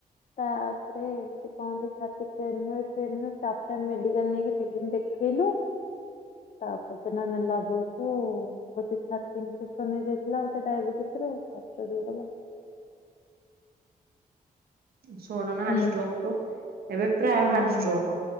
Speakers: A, on the left (about 50°); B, on the right (about 80°).
A: ତାପରେ ଏମିତି କହନ୍ତି ଛାତି ପେନ୍ ହୁଏ ପେନ୍ ହୁଏ ତାପରେ ମେଡିକାଲ ନେଇକି ଦି ଦିନି ଦେ ଦେଖେଇଲୁ। ତାପରେ ତ। <unintelligible> ବୋଧେ ଛାତି ଇନଫେକ୍ସନ ହେଇଯାଇଥିଲା ଆଉ ତା ଡାଇବେଟିସ ରୁ ହାର୍ଟ ଚୋକ୍ ହେଇଗଲା।
B: Sudden
A: hello
B: heart stroke. ଏବେ ପ୍ରାୟ
A: ହଁ
B: ହାର୍ଟ ଷ୍ଟ୍ରୋକ।